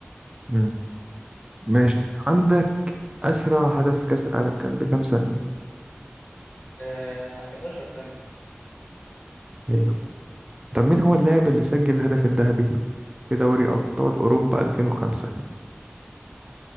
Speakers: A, on the right; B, on the left.
A: مم. ماشي عندك اسرع هدف في كاس العالم كان بكام سنه
B: آه 11 ثانية
A: ميلو طب مين هو اللاعب اللي سجل الهدف الذهبي في دوري ابطال اوروبا 2005